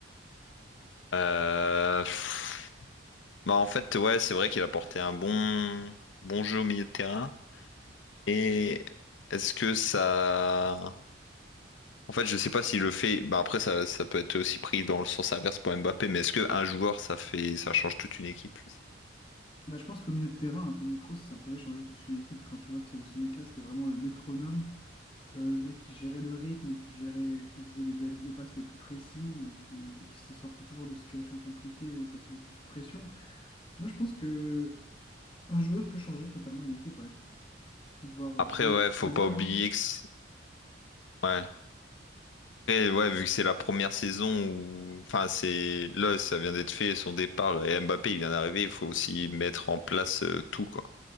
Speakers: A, on the left (about 75°); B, on the left (about 25°).
A: Euh, pff, bah, en fait, ouais, c'est vrai qu'il a porté un bon, bon jeu au milieu de terrain. Et est-ce que ça. En fait, je sais pas s'il le fait. Bah, après, ça, ça peut être aussi pris dans le sens inverse pour Mbappé, mais est-ce qu'un joueur, ça fait, ça change toute une équipe? Je sais pas.
B: Bah, je pense qu'au milieu de terrain, un Toni Kroos, ça pouvait changer toute une équipe quand tu vois que ce ce mec-là, c'était vraiment le métronome. Euh, le mec qui gérait le rythme, qui gérait, qui faisait les belles, les passes les plus précises, qui, qui se sortait toujours de situations compliquées euh, quand il était sous pression. Moi, je pense que un joueur peut changer totalement une équipe, ouais. suffit de voir euh,
A: Après,
B: Ha-
A: ouais, faut
B: Hazard,
A: pas oublier
B: hein.
A: que. c'est- Ouais. Après, ouais, vu que c'est la première saison où, enfin, c'est là, ça vient d'être fait, son départ, et Mbappé, il vient d'arriver, il faut aussi mettre en place euh, tout, quoi.